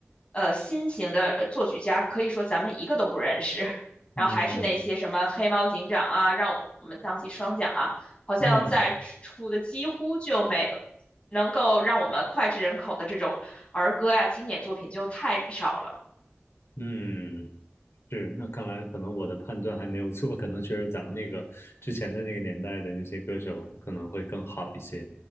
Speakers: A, on the left; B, on the left.
A: 呃新型的作曲家，可以说咱们一个都不认识。<laughs> 然后还是那些什么黑猫警长啊，
B: 嗯
A: 让我们荡起双桨啊。好像在出的几乎就没有
B: 嗯
A: 能够让我们脍炙人口的这种儿歌呀、经典作品就太少了。
B: 嗯。是，那看来可能我的判断还没有错，可能确实咱们那个之前的那个年代的那些歌手可能会更好一些。